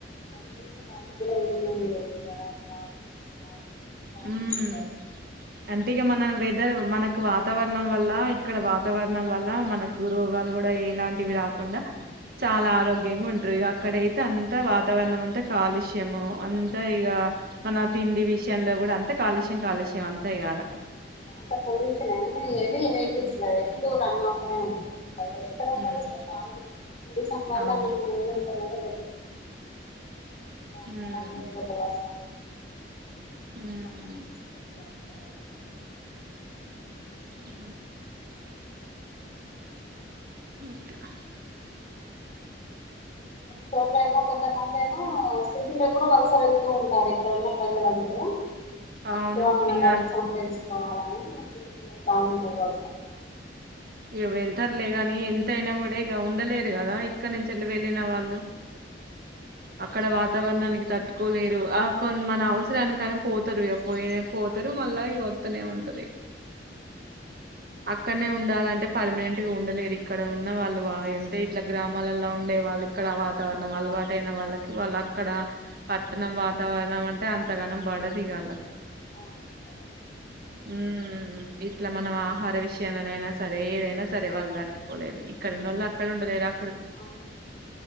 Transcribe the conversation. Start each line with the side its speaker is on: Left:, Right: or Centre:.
Left: అంతే న వాళ్ళకు గూడా ఏమి జ్వరాలు రావు ఏమి రావు మస్తు యాక్టివ్గా
Right: ఉమ్
Left: ఉంటారు
Right: అంటె మనం వెదర్ మనకు వాతావరణం వల్ల ఇక్కడ వాతావరణం వల్ల మనకు రోగాలు గూడా ఎలాంటివి రాకుండా చాలా ఆరోగ్యంగా ఉంటరు అక్కడయితే అంత వాతావరణం అంతా కాలుష్యము అంతా ఇగా మన తిండి విష న్లో గూడా అంత కాలుష్యం కాలుష్యం అంతాఇగా అడ
Left: అంటే అంత పొల్యూషన్ అన్నీ హెవీ వెకిల్స్
Right: ఉమ్
Left: గదా ఎప్పుడు రన్ అవుట్ పోతనే ఉంటాయ్ ఎక్కడ ఉండరు
Right: ఉమ్
Left: అసలు కాలిగా మన డిసంబర్
Right: అవును
Left: మనం పూజంబరు గణపతిగుడి వాన
Right: ఉమ్
Left: కాలన్నా ఏదో ఒక వర్షాల
Right: ఉమ్
Left: పంట మొత్తం కారబ్ అయితది <inaudible>
Right: ఊ ఊట్లా
Left: కొన్ని చోట్ల ఏమో కొంతమంది ఏమో సిటీలో కూడా వలస వెళ్తూ ఉంటారు ఇక్కడున్న ప్రజలందరూ
Right: అవును
Left: ఎక్కువ మనం
Right: ఇగ
Left: డబ్బు సంపాదించుకోవాల మే సిటీకి వెళ్తా ఉంటరు వల్స
Right: ఇగ వెళ్తారులే గానీ ఎంతైనా గూడా ఇగ ఉండలేరు గదా ఇక్కన్నుంచెళ్ళి వెళ్ళిన వాళ్ళు అక్కడ వాతావరణానికి తట్టుకోలేరు ఆ కొన్ మన అవసరానికని పోతరు ఇగ పోయిన పోతారు మళ్ళా వత్తనే ఉంటది అక్కడ్నే ఉండాలని అంటే పర్మనెంట్ గా ఉండలేరు, ఇక్కడ ఉన్న వాళ్ళు వా అంటే ఇట్లా గ్రామాలల్ల ఉండే వాళ్ళు ఇక్కడ వాతావరణం అలవాటైన వాళ్ళకి వాళ్ళు అక్కడ పట్టణం వాతావరణం అంటే అంతగానం పడది ఇగ ఆళ్ళకు.
Left: అవు <inaudible>
Right: ఊమ్ ఇట్ల మనం ఆహార విషయాలనైనా సరే ఏదైనా సరే వాళ్ దట్టుకోలేరు ఇక్కడన్నోళ్ళు అక్కడ ఉండలేరా
Left: అవును